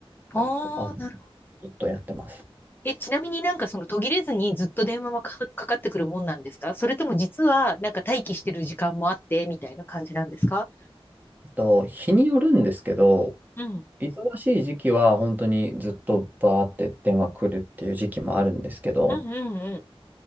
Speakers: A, on the left; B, on the right.
A: ああー、
B: あの、ずっとやってます。
A: え、ちなみになんかその途切れずにずっと電話はか、かかってくるもんなんですかそれとも実はなんか待機してる時間もあってみたいな感じなんですか
B: えっと、日によるんですけど、
A: うん。
B: 忙しい時期は本当にずっとバーって電話来るっていう時期もあるんですけど、
A: うんうんう